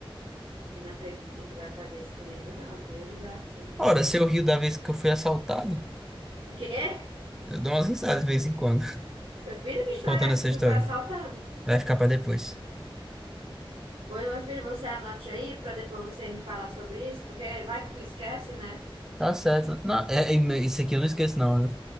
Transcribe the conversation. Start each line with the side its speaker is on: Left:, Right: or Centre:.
Right: Eu não acredito que tu vai fazer isso comigo, não, viu, José Arthur?
Centre: Ora, se eu rio da vez que eu fui assaltado,
Right: O quê?
Centre: eu dou umas risadas de vez em quando,
Right: Meu filho,
Centre: <laughs>
Right: que história
Centre: contando
Right: é essa
Centre: essa
Right: que
Centre: história.
Right: tu foi assaltado?
Centre: Vai ficar pra depois.
Right: Pois, meu filho, você anote aí para depois você me falar sobre isso, porque vai que tu esquece, né?
Centre: Tá certo. Não, é, é- isso aqui eu não esqueço, não. viu?